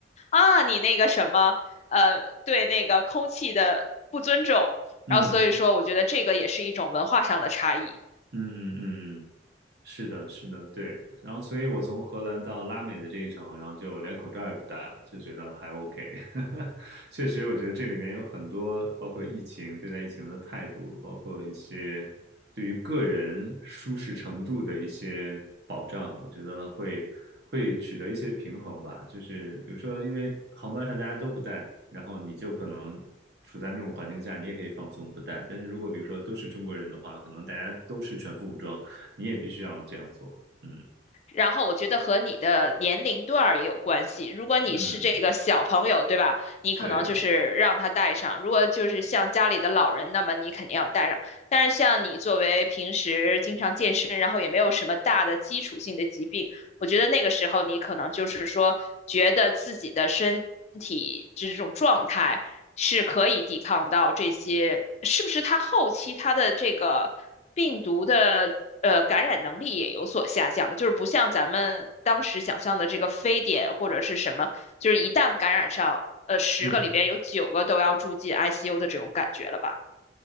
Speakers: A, on the left; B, on the right.
A: 啊，你那个什么，呃，对那个空气的不尊重，
B: 嗯
A: 然后所以说，我觉得这个也是一种文化上的差异。
B: 嗯嗯嗯嗯，是的，是的，对。然后，所以我从荷兰到拉美的这一程，然后就连口罩也不戴了，就觉得还 OK。<laughs> 确实，我觉得这里面有很多，包括疫情，对待疫情的态度，包括一些对于个人舒适程度的一些保障，我觉得会会取得一些平衡吧。就是比如说，因为航班上大家都不戴，然后你就可能处在那种环境下，你也可以放松不戴。但是如果比如说都是中国人的话，可能大家都是全副武装。你也必须要这样做。嗯
A: 然后我觉得和你的年龄段儿也有关系。如果你是这个小朋友，
B: 嗯，
A: 对吧？你可能就是让他带上；
B: 对，
A: 如果就是像家里的老人，那么你肯定要带上。但是像你作为平时经常健身，然后也没有什么大的基础性的疾病。我觉得那个时候你可能就是说，觉得自己的身体这种状态是可以抵抗到这些，是不是它后期它的这个病毒的呃感染能力也有所下降了？就是不像咱们当时想象的这个非典或者是什么，就是一旦感染上，呃，十个里边有九个都要住进
B: 嗯
A: ICU 的这种感觉了吧？